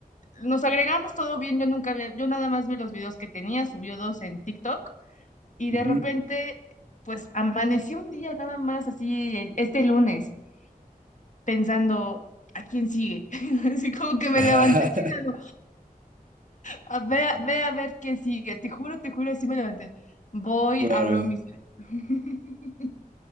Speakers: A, on the left; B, on the right.
A: Nos agregamos todo bien, yo nunca había- yo nada más vi los videos que tenía, subió dos en TikTok Y
B: Ujú.
A: de repente, pues amaneció un día nada más, así, el- este lunes, pensando, ¿a quién sigue? <laughs> Así como que me
B: Ajá.
A: levanté pensando,
B: <laughs>
A: a ver, a- ve a ver qué sigue. Te juro, te juro, así me levanté. Voy,
B: Claro,
A: abro mi cel. <laughs>